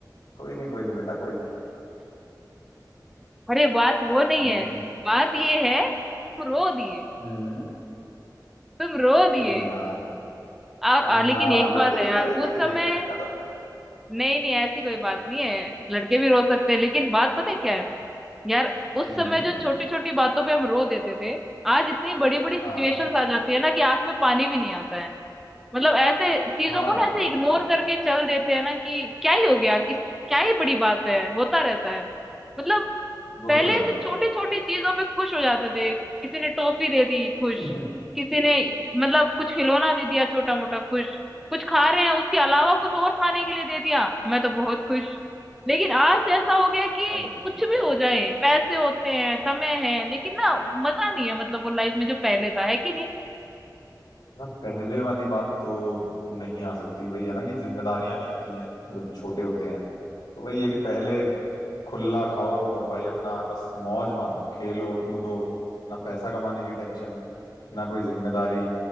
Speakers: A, on the left; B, in the centre.
A: कोई नहीं कोई नहीं बेटा कोई नहीं
B: अरे बात वो नहीं
A: हम्म
B: है बात ये है तुम रो दिए
A: हम्म
B: तुम रो
A: कोई
B: दिए
A: नहीं यार
B: और,
A: हम्म,
B: और लेकिन
A: हाँ
B: एक
A: लड़के
B: बात है
A: रोते
B: यार
A: हुए
B: उस
A: देखे
B: समय
A: देखे नहीं ना तुमने
B: नहीं नहीं ऐसी कोई बात नहीं है लड़के भी रो सकते हैं लेकिन बात पता है क्या है यार उस
A: हम्म
B: समय जो छोटी छोटी बातों पे हम रो देते थे आज इतनी बड़ी बड़ी सिचुएशंस
A: हाँ
B: आ जाती है ना कि आंख में पानी भी नहीं आता है मतलब ऐसे चीजों
A: हाँ
B: को
A: यार
B: ना ऐसे इग्नोर
A: ये तो है
B: करके चल देते हैं ना कि क्या ही हो गया किस क्या ही बड़ी बात है होता रहता है मतलब
A: वो
B: पहले
A: तो है
B: ऐसे छोटी छोटी चीजों पे खुश हो जाते थे किसी ने टॉफी दे दी खुश
A: <laughs>
B: किसी ने मतलब कुछ खिलौना दे दिया छोटा मोटा खुश कुछ खा रहे हैं उसके अलावा कुछ और खाने के लिए दे दिया मैं तो बहुत खुश लेकिन आज ऐसा हो गया कि
A: यार ये
B: कुछ
A: तो
B: भी
A: है
B: हो जाए पैसे होते हैं समय है लेकिन ना मजा नहीं है मतलब वो लाइफ में जो पहले था है कि नहीं
A: बस पहले वाली बात तो नहीं आ सकती वही है ना कि जिम्मेदारियां नहीं होती हैं जब छोटे होते हैं तो वही है कि पहले खुला खाओ और भाई अपना बस मौज मारो खेलो कूदो ना पैसा कमाने की टेंशन ना कोई जिम्मेदारी